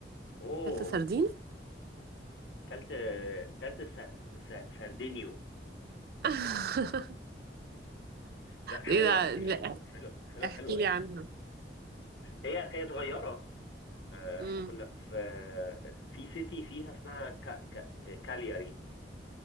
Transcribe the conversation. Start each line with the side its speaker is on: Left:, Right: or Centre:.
Left: اوه
Right: اكلت سردين
Left: كلت كلت س- س- سردينيو
Right: <laughs>
Left: لا حلوه
Right: ايه ده
Left: انت
Right: لا،
Left: حلوه حلوه
Right: احكي
Left: حلوه
Right: لي
Left: يعني
Right: عنها
Left: هي هي صغيره آه،
Right: امم
Left: احنا كنا في آه، في سيتي فيها اسمها كا كا كالياري